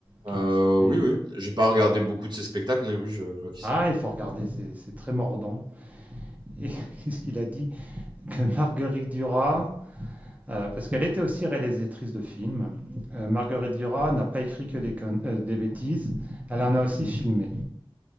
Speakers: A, on the right (about 15°); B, on the right (about 55°).
A: qui
B: Euh,
A: est décédé.
B: oui, oui. J'ai pas regardé beaucoup de ses spectacles, mais oui, je, je vois qui
A: Ah,
B: c'est.
A: il faut regarder, c'est c'est très mordant. Et <laughs> qu'est-ce qu'il a dit? Que Marguerite Duras, euh, parce qu'elle était aussi réalisatrice de films, euh, Marguerite Duras n'a pas écrit que des, con- euh, des bêtises, elle en a aussi filmé.